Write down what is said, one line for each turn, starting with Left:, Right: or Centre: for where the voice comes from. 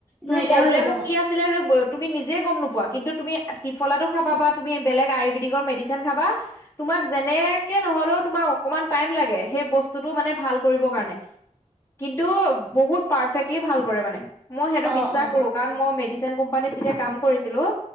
Left: তুমি
Centre: নাইকিয়া
Left: প্ৰব্লেম
Centre: হৈ যাব অ
Left: কি আ ছিলে তুমি নিজে গম নোপোৱা কিন্তু তুমি ত্ৰিফলাটো খাবা বা তুমি বেলেগ আয়ুৰ্বেদিকৰ মেডিচিন খাবা তোমাক যেনে কে নহলেও তোমাৰ অকমান টাইম লাগে সেই বস্তুটো মানে ভাল কৰিবৰ কাৰণে। কিন্তু বহুত পাৰফেক্টলি ভাল কৰে মানে। মই সেইটো
Centre: অ অ
Left: বিশ্বাস কৰো কাৰণ মই মেডিচিন কোম্পানীত যেতিয়া কাম কৰিছিলো